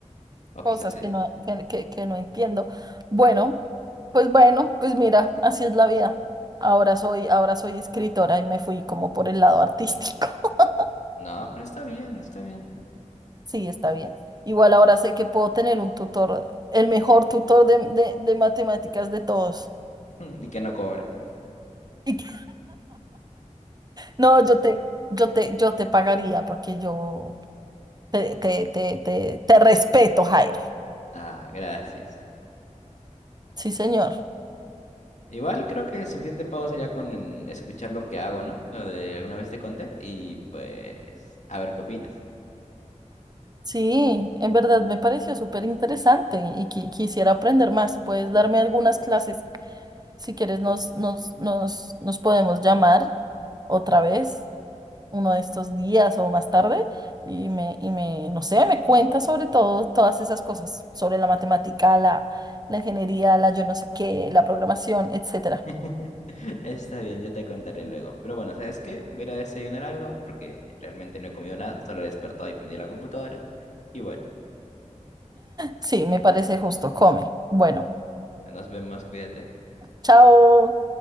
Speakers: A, on the left; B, on the right.
A: O
B: cosas
A: quizás sí.
B: que no, que, que- que no entiendo. Bueno, pues bueno, pues mira, así es la vida. Ahora soy, ahora soy escritora y me fui como por el lado artístico. <laughs>
A: No, pero está bien, está bien.
B: Sí, está bien. Igual ahora sé que puedo tener un tutor, el mejor tutor de, de- de matemáticas de todos.
A: <laughs> Y que no cobra.
B: Y que- No, yo te, yo te, yo te pagaría porque yo te, te, te, te, te respeto, Jairo.
A: Ah, gracias.
B: Sí, señor.
A: Igual creo que suficiente pago sería con en escuchar lo que hago, ¿no? Lo de alguna vez te conté, y pues a ver qué opinas.
B: Sí, en verdad me pareció súper interesante y qui- quisiera aprender más. Puedes darme algunas clases. Si quieres, nos, nos, nos, nos podemos llamar otra vez, uno de estos días o más tarde, y me, y me, no sé, me cuentas sobre todo todas esas cosas, sobre la matemática, la, la ingeniería, la yo no sé qué, la programación, etcétera.
A: <laughs> Está bien, yo te contaré luego. Pero bueno, ¿sabes qué? Voy a ir a desayunar algo porque realmente no he comido nada, solo he despertado y prendí la computadora. Y bueno,
B: Sí, me parece justo. Come. Bueno,
A: nos vemos, cuídate.
B: chao.